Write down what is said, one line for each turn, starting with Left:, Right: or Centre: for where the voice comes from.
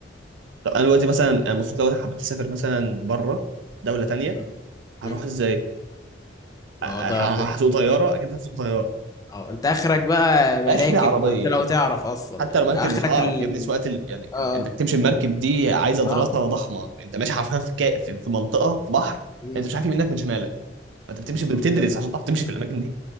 Right: طب انا دلوقتي مثلا المفروض لو انا حبيت اسافر مثلا بره دوله تانية
Left: مم.
Right: هروح
Left: مم.
Right: ازاي؟
Left: ما
Right: ه-
Left: هو ده
Right: ه-
Left: فكرة
Right: هسوق طياره اكيد هسوق طياره
Left: اه انت اخرك بقى مراكب
Right: اخر عربيه
Left: وانت لو تعرف اصلا
Right: حتى
Left: يعني
Right: لو مركب
Left: اخرك
Right: مش هعرف
Left: ال
Right: يا ابني سواقه ال... يعني
Left: اه
Right: انك تمشي بمركب دي عايزه
Left: صعبة
Right: دراسه
Left: جدا
Right: ضخمه انت ماشي حرفيا في, كا... في في منطقه في بحر
Left: مم.
Right: انت مش عارف يمينك من شمالك فانت بتمشي
Left: بالظبط
Right: بتدرس
Left: اه
Right: عشان تعرف تمشي في الاماكن دي